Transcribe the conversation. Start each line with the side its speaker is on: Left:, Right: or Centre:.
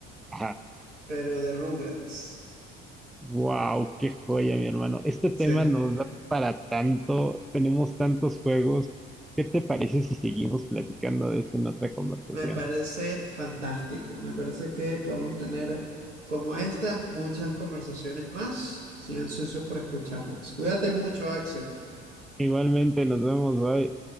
Centre: Ajá.
Right: pero de Rugrats.
Centre: Wow, qué joya, mi hermano. Este
Right: Sí,
Centre: tema nos da para tanto, tenemos tantos juegos. ¿Qué te parece si seguimos platicando de esto en otra conversación?
Right: me parece fantástico. Me parece que podemos tener como esta muchas conversaciones más. Estoy ansioso por escucharlas. Cuídate mucho, Axel.
Centre: Igualmente, nos vemos hoy.